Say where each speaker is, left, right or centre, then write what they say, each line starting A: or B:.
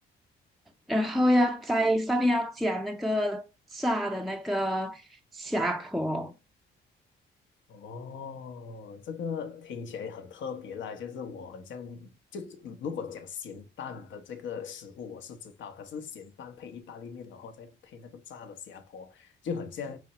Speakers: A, in the centre; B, on the left.
A: 然后要在上面要加那个炸的那个虾婆。
B: 哦，这个听起来很特别啦，就是我很像，就如果讲咸蛋的这个食物我是知道，可是咸蛋配意大利面，然后再配那个炸的虾婆，就很像